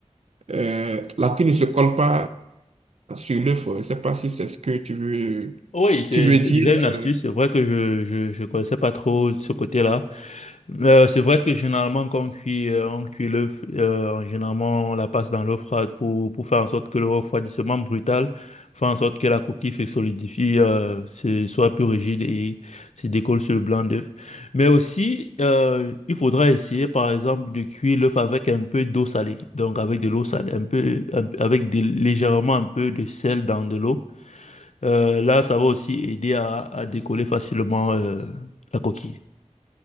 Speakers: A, on the right (about 65°); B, on the left (about 75°).
A: euh, la coquille ne se colle pas sur l'œuf. Je ne sais pas si c'est ce que tu veux,
B: Oui, c'est
A: tu veux
B: c'est
A: dire.
B: déjà une astuce.
A: euh.
B: C'est vrai que je, je, je connaissais pas trop ce côté-là. Euh, c'est vrai que généralement, quand on cuit, euh, on cuit l'œuf, euh, généralement, on la passe dans l'eau froide pour, pour faire en sorte que le refroidissement brutal fait en sorte que la coquille se solidifie, euh, se- soit plus rigide et se décolle sur le blanc d'œuf. Mais aussi, euh, il faudra essayer, par exemple, de cuire l'œuf avec un peu d'eau salée. Donc, avec de l'eau salée, un peu, un avec des- légèrement un peu de sel dans de l'eau. Euh, là, ça va aussi aider à, à décoller facilement, euh, la coquille.